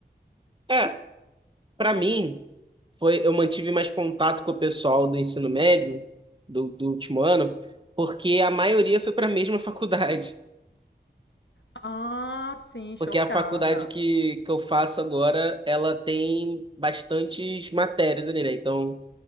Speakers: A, on the right; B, on the left.
A: É, pra mim, foi, eu mantive mais contato com o pessoal do ensino médio, do, do último ano, porque a maioria foi pra mesma <laughs> faculdade.
B: Ah, sim, chocada.
A: Porque a faculdade que, que eu faço agora, ela tem bastantes matérias ali, né? Então.